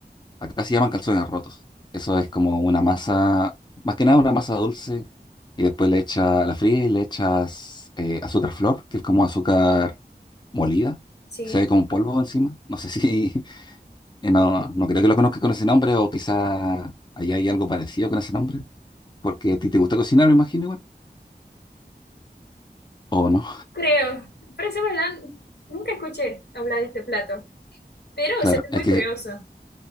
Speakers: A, on the left (about 25°); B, on the left (about 80°).
A: acá se llaman calzones rotos. Eso es como una masa, más que nada una masa dulce, y después le echa la fría y le echas eh, azúcar flor, que es como azúcar molida,
B: Sí,
A: que se ve como polvo encima. No sé <laughs> si eh, No, no creo que lo conozcas con ese nombre, o quizá allá hay algo parecido con ese nombre, porque a ti te gusta cocinar, me imagino, igual. O no,
B: creo. Parece verdad, nunca escuché hablar de este plato, pero
A: claro,
B: se ve muy
A: es que
B: curioso. <laughs>